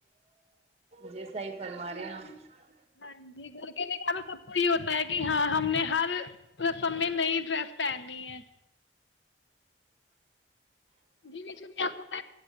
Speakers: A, on the right; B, on the left.
A: جی صحیح فرما رہے ہیں آپ
B: <inaudible> یہ گھر کے نکاح سب کو یہ ہوتا ہے کہ ہاں ہم نے ہر رسم میں نئی ڈریس پہنی ہے جی آپ کو تو